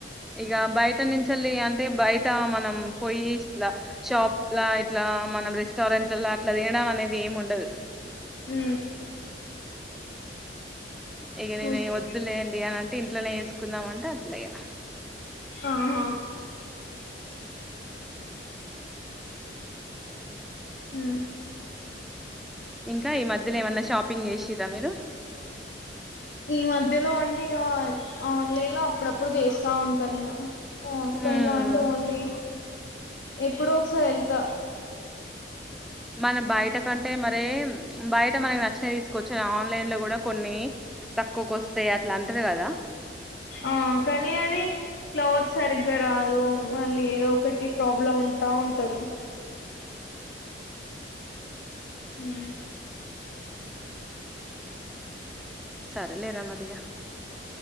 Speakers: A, in the centre; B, on the left.
A: ఇక బయట నుంచిళ్ళ అంటే బయట మనం పోయి ఇట్లా షాప్లా ఇట్లా మనం రెస్టారెంట్లలా అట్లా తినడం అనేది ఏమి ఉండదు
B: ఆ
A: ఇక నేను
B: ఓకే.
A: ఈ వద్దులేయంండి అనింత ఇంలోనే తీసుకుందామంటే అట్ల్యా
B: ఆహా ఉమ్
A: ఇంకా ఈ మధ్యలో ఏమన్నా షాపింగ్ చేసారా మీరు
B: ఈ మధ్యలో అంటే ఇక ఆన్లైన్ లో అప్పుడప్పుడు చేస్తా ఉంటాను ఆఫ్లైన్
A: హ్మ్
B: అంటే ఓన్లీ ఎప్పుడు ఒకసారి వెళ్తా
A: మన బయట కంటే మర బయట మనకి నచ్చిన తీసుకోవచ్చు ఆన్లైన్ లో కూడా కొన్ని తక్కువకు వస్తాయి అట్లా అంటారు కదా
B: ఆ కానీ అది క్లాత్ సరిగ్గా రాదు మళ్ళీ ఏదో ఒకటి ప్రాబ్లం ఉంటా ఉంటంది ఉమ్.
A: సరేలే మరిగా